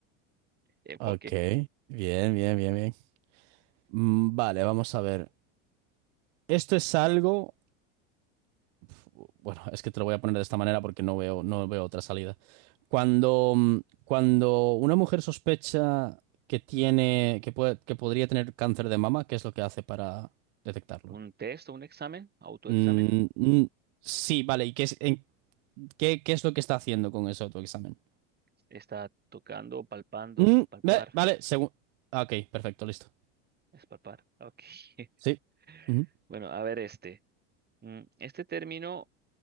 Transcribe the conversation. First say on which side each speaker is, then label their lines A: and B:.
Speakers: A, on the right; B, on the right.
A: Enfoque.
B: Ok, bien, bien, bien, bien. Mm, Vale, vamos a ver. Esto es algo... Uf, Bueno, es que te lo voy a poner de esta manera porque no veo, no veo otra salida. Cuando, mm, cuando una mujer sospecha que tiene, que puede, que podría tener cáncer de mama, ¿qué es lo que hace para detectarlo?
A: Un test o un examen, autoexamen,
B: Mm, mm, sí, vale. ¿Y qué es, en- qué, qué es lo que está haciendo con ese autoexamen?
A: está tocando, palpando,
B: Mm,
A: palpar,
B: ve- vale, según... Ok, perfecto, listo.
A: es palpar, ok. <laughs>
B: Sí. Ujú.
A: Bueno, a ver este. Mm, Este término